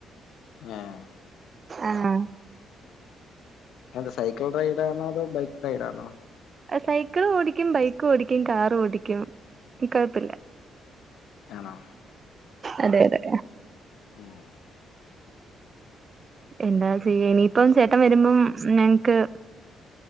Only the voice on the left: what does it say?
ആഹ്
എന്ത സൈക്കിൾ റൈഡ് ആണോ അതോ ബൈക്ക് റൈഡ് ആണോ
ആണൊ
ആഹ്